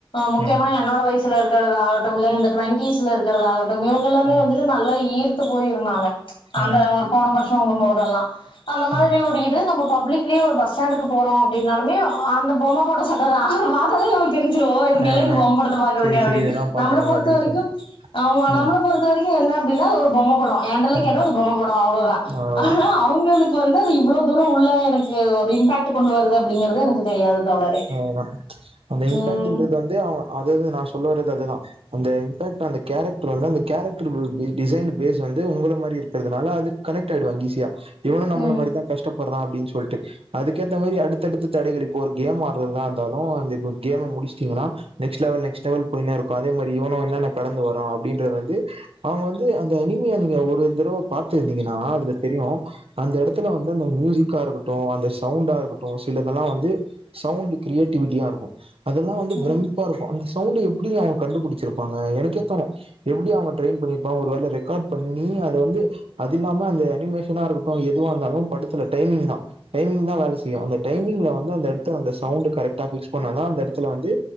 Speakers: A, on the left (about 65°); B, on the right (about 80°).
A: முக்கியமான
B: ம்
A: என்னோட வயசுல இருக்குறதாகட்டு இ இந்த டூவெண்டிஸ்ல இருக்கிறாதாகட்டு இவுங்க எல்லா
B: ம்
A: வந்துட்டு நல்ல ஈற் தத்து போயிருந்தாங்க
B: ம்
A: அந்த ஒரு போன வருஷோ வாங்குபோதெல்லா அந்த மாதிரி
B: ம்
A: ஒரு இது நம்மக்கு பப்ளிக்லியு ஒரு பஸ் ஸ்டாண்டுக்கு போறோ அப்டின்னாலுமே அந்த பொம்மா போட்ட சட் ட்ட அதா பாத்தாலே நமக்கு தெரிஞ்சிரு இது
B: ஆ
A: எல்லா இந்த
B: ஆ
A: பொம்மப்படத்த பாக்குதுங்க
B: செரி
A: அப்டின்னு
B: செரி இதெல்லா பாக்குறாங்க
A: நம்மளை பொறுத்த
B: அப்டின்னு
A: வரைக்கு
B: சொல்ட்டு
A: ஆமா நம்மள
B: ம்
A: பொறுத்த வரைக்கு என்ன அப்டின்னா ஒரு பொம்மை படோ என்டேல்லா
B: ம்
A: கேட்டா பொம்மபடோ அவ்ளோ தா
B: அவ்ளோதா
A: ஆனா அவுங்களுக்கு வந்து அது இவ்ளோ தூரோ உள்ள எனக்கு இம்பேட் கொண்டு வருது அப்டிங்கிறது எனக்கு தெரியாது தோழரே
B: அதேதா அந்த இம்பாக்ட்ன்றது
A: ம்
B: வந்து அவுங் அதேதா நா சொல்ல வர்றது அதேதா அந்த இம்பேக்ட் அந்த கேரக்டர் வந்து அந்த கேரக்டரபிள் டிசைன்டு பேஸ் வந்து உங்க மாரி இருக்கு இருக்கறதுனால அது கனெக்ட் ஆயிடுவாங்க ஈஸியா இவனு நம்மள
A: ம்
B: மாரிதா கஷ்டப்படுற சொல்ட்டு அதுக்கேத்த மாதிரி அடுத்தெடுத்து தடைகள் இப்போ இருக்கு கேம் ஆடுறதுதா இருந்தாலு அந்த கேம் முடிச்சிட்டீங்கன்னா நெக்ஸ்ட் லெவல்நெக்ஸ்ட் லெவல் போயினே இருக்கு அதே மாதிரி இவனு என்னென்ன கடந்து வரா அப்டின்றது வந்து அவங்க வந்து அந்த இனிமையா நீங்க ஒரு தடவ பாத்து இருந்தீங்கன்னா அதுல தெரியு அந்த எடத்துல வந்து அந்த மியூசிக்கா இருக்கட்டு அந்த சவுண்டா இருக்கட்டு சிலதெல்லா வந்து சவுண்ட் கிரியேட்டிவிட்டியா இருக்கு அதெல்லா வந்து
A: ம்
B: விரும் அப்பா இருக்கு அந்த சவுண்ட எப்டி அவுங்க கண்டுபிடிச்சிருப்பாங்க எனக்கே தோனு எப்டி அவுங்க ட்ரையின் பண்ணியிருப்பாங்க ஒரு வேல ரெக்கார்ட் பண்ணி அத வந்து அது இல்லாம அந்த அனிமேஷனா இருக்கட்டு எதுவா இருந்தாலு படத்துல டைமிங் தா டைமிங் தா வேல செய்யு அந்த டைமிங்ல வந்து அந்த எடத் த்த அந்த சவுண்ட் கரெட்கா பிக்ஸ் பண்ணாத அந்த எடத்துல வந்து